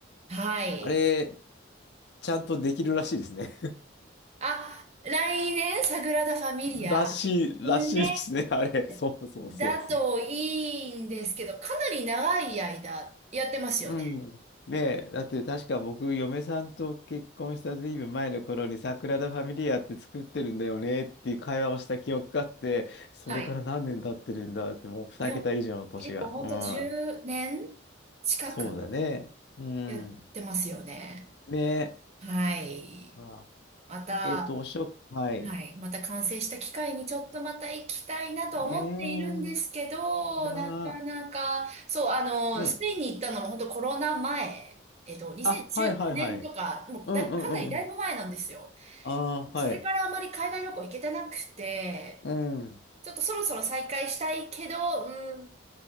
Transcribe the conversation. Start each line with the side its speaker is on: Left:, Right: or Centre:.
Right: はい。
Left: あれ、ちゃんとできるらしいですね。
Right: あ、来年、サグラダ・ファミリア。
Left: らしい、らしいですね、
Right: ね
Left: <laughs> あれ。そうそうそうそう。
Right: え、だといいんですけど、かなり長い間やってますよね。
Left: うん。ねえ、だって確か僕、嫁さんと結婚したずいぶん前の頃に、サグラダ・ファミリアって作ってるんだよねっていう会話をした記憶があって、それから何年経ってるんだって、
Right: はい。
Left: もう2桁以上の年が。
Right: でも、結構ほんと10年近く
Left: うん。そうだね。うん。
Right: やってますよね。
Left: ねえ。
Right: はい。
Left: あ
Right: また、
Left: えっと、おしょ、はい。
Right: はい。また完成した機会にちょっとまた行きたいなと思っているんですけど、
Left: ねえ、が、
Right: なかなか、そう、あの、
Left: ねえ。
Right: スペインに行ったのも本当コロナ前、えっと、2019年とか、
Left: あ、はいはいはい。
Right: もうだ、
Left: うんうんうんうん。
Right: かなりだいぶ前なんですよ。
Left: ああ、
Right: それからあまり海外旅行行けてなくて、
Left: はい。うん。
Right: ちょっとそろそろ再開したいけど、うん、